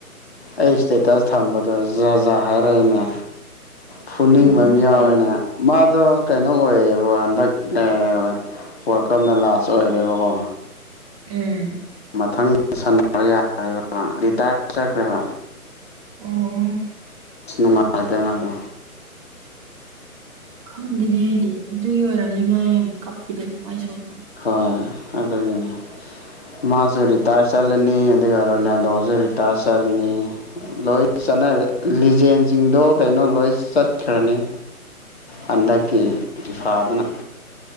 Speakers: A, on the left; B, on the right.
A: ꯑꯩ ꯁ꯭ꯇꯦꯇꯁ ꯊꯝꯕꯗꯣ ꯖꯥꯠ ꯖꯥꯠ ꯍꯥꯏꯔꯛꯏꯅꯦ ꯐꯨꯅꯤꯡꯕ
B: ꯎꯝ
A: ꯃꯤ ꯌꯥꯎꯋꯤꯅꯦ
B: ꯑꯩ
A: ꯃꯥꯗꯣ ꯀꯩꯅꯣ ꯑꯣꯏꯌꯦꯕ ꯍꯟꯗꯛ ꯑꯥ ꯋꯥꯔꯜ ꯀꯞꯅ ꯂꯥꯁ ꯆꯣꯏꯔꯦꯕꯀꯣ
B: ꯎꯝ
A: ꯃꯊꯪ ꯁꯥꯟꯅꯕ ꯌꯥꯔꯔꯣꯏꯕ ꯃꯥ ꯔꯤꯇꯥꯏꯌꯔ ꯆꯠꯈ꯭ꯔꯦ ꯃꯥ
B: ꯑꯣ
A: ꯑꯁ ꯅꯨꯡꯉꯥꯏꯇꯦ ꯃꯥꯗꯣ
B: ꯈꯪꯗꯦꯅꯦ ꯑꯩꯗꯤ ꯑꯗꯨꯒꯤ ꯑꯣꯏꯔꯝꯅꯤ ꯃꯥ ꯌꯥꯝ ꯀꯥꯞꯄꯤꯗ ꯊꯋꯥꯏ ꯁꯣꯛꯅ
A: ꯍꯣꯏ ꯑꯗꯨꯒꯤꯅꯤ ꯃꯥꯁꯨ ꯔꯤꯇꯥꯏꯌꯔ ꯆꯠꯂꯅꯤ ꯑꯗꯨꯒ ꯔꯣꯅꯦꯜꯗꯣꯖꯨ ꯔꯤꯇꯥꯏꯌꯔ ꯆꯠꯂꯅꯤ ꯂꯣꯏ ꯆꯠꯅꯔꯦ ꯂꯤꯖꯦꯟꯁ ꯖꯤꯡꯗꯣ ꯀꯩꯅꯣ ꯂꯣꯏ ꯆꯠꯈ꯭ꯔꯅꯤ ꯍꯟꯗꯛꯀꯤ ꯐꯤꯐꯥꯗꯨꯅ